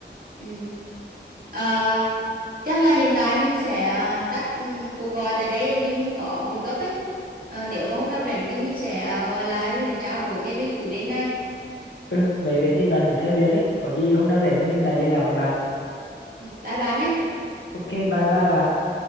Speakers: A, on the right; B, on the left.
A: ừ. Ờ, chắc là hiện tại mình sẽ ờ, tắt ừ, cuộc gọi tại đây tại vì mình có việc gấp ấy Ờ, nếu mà hôm nào rảnh thì mình sẽ à, gọi lại mình sẽ trao đổi thêm về cái chủ đề này
B: ừ về về thì bạn cứ theo việc đi có gì hôm nào rảnh thì mình lại liên lạc với bạn
A: ừ, bye bye nhé
B: ok bye bye bạn